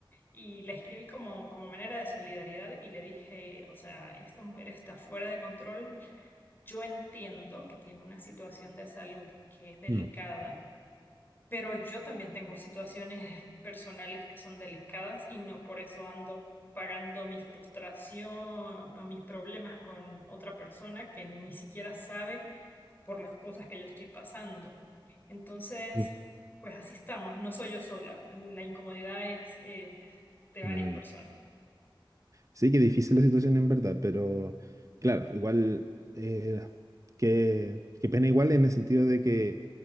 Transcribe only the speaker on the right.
Mm,
mm,
en
el
Sí, que difícil la situación en verdad, pero claro, igual, eh, que, que pena igual en el sentido de que